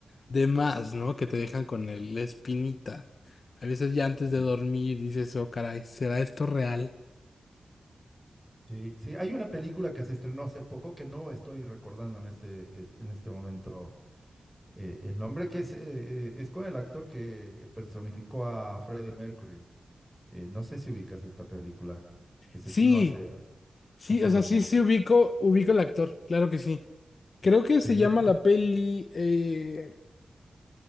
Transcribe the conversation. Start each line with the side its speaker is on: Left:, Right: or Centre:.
Left: de más, ¿no? Que te dejan con el, la espinita. A veces ya antes de
Centre: Sí,
Left: dormir dices, oh, caray, ¿será esto real?
Centre: sí, sí, hay una película que se estrenó hace poco que no estoy recordando en este, este- en este momento Eh, el nombre que es, eh, eh, es con el actor que eh, personificó a Freddie Mercury. Eh, no sé si ubicas esta película que se
Left: Sí,
Centre: estrenó hace,
Left: sí,
Centre: hace
Left: o
Centre: unos
Left: sea, sí,
Centre: meses.
Left: sí ubico, ubico al actor, claro que sí. Creo que
Centre: Pelle-
Left: se llama la peli eh,